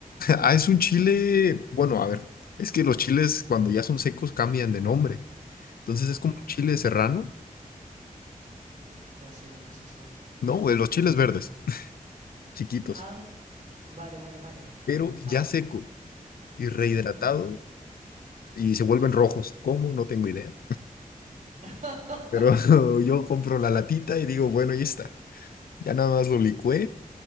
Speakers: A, on the left (about 80°); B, on the right (about 60°).
A: Ah, es un chile, bueno, a ver, es que los chiles cuando ya son secos cambian de nombre. Entonces es
B: Mm,
A: como un chile serrano,
B: No sé lo que es eso.
A: ¿no?
B: Explícamelo.
A: De los chiles verdes, chiquitos,
B: Ah, vale, vale, vale.
A: pero
B: Ah,
A: ya seco y rehidratado
B: ujú.
A: y se vuelven rojos. ¿Cómo? No tengo idea.
B: <laughs>
A: Pero <laughs> yo compro la latita y digo, bueno, ahí está. Ya nada más lo licué